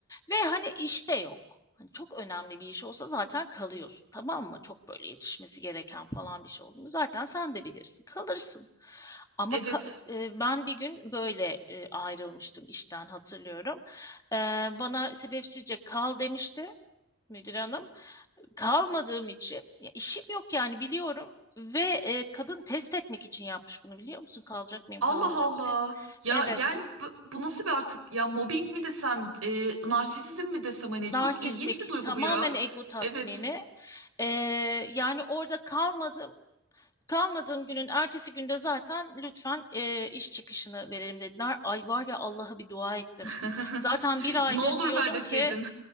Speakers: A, on the left (about 15°); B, on the right (about 80°).
A: Ve hani işte yok. Hani çok önemli bir iş olsa zaten kalıyorsun tamam mı? Çok böyle yetişmesi gereken falan bir şey oldu mu zaten sen de bilirsin kalırsın. Ama
B: Evet.
A: ka- e, ben bir gün böyle e, ayrılmıştım işten hatırlıyorum. E, bana sebepsizce kal demişti müdür hanım kalmadığım için ya işim yok yani biliyorum ve e, kadın test etmek için yapmış bunu biliyor musun? Kalacak mıyım,
B: Allah
A: kalmayacak
B: Allah.
A: mı diye.
B: Ya
A: Evet.
B: yani bu, bu nasıl bir artık ya mobbing mi desem, e, narsisizm mi desem hani çok
A: Narsistlik,
B: ilginç bir duygu
A: tamamen
B: bu ya.
A: ego tatmini.
B: Evet.
A: E, yani orada kalmadım, kalmadığım günün ertesi günde zaten lütfen e, iş çıkışını verelim dediler. Ay var ya Allah'a bir dua ettim.
B: <laughs>
A: Zaten bir
B: Ne
A: aydır
B: olur
A: diyordum
B: ver deseydin.
A: ki